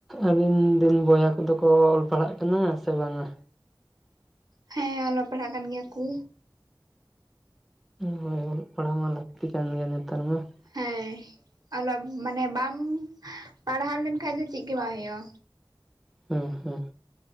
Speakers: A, in the centre; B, on the right (about 55°).
A: ᱟᱹᱵᱤᱱ ᱨᱤᱱ ᱵᱚᱭᱦᱟ ᱠᱚᱫᱚ ᱠᱚ ᱚᱞ ᱯᱟᱲᱦᱟᱜ ᱠᱟᱱᱟ ᱥᱮ ᱵᱟᱝᱟ?
B: ᱦᱮᱸ ᱚᱞᱚᱜ ᱯᱟᱲᱦᱟᱜ ᱠᱟᱱ ᱜᱮᱭᱟ ᱠᱚ᱾
A: ᱦᱚᱭ ᱚᱞᱚᱜ ᱯᱟᱲᱦᱟᱣ ᱢᱟ ᱞᱟᱹᱠᱛᱤ ᱠᱟᱱ ᱜᱮᱭᱟ ᱱᱮᱛᱟᱨ ᱢᱟ ᱾
B: ᱦᱮᱸ ᱚᱞᱚᱜ ᱢᱟᱱᱮ ᱵᱟᱢ ᱯᱟᱲᱦᱟᱣ ᱞᱮᱱ ᱠᱷᱟᱱᱡ ᱫᱚ ᱪᱮᱫ ᱜᱮ ᱵᱟᱝ ᱦᱩᱭᱩᱜᱼᱟ᱾
A: ᱦᱮᱸ ᱦᱮᱸ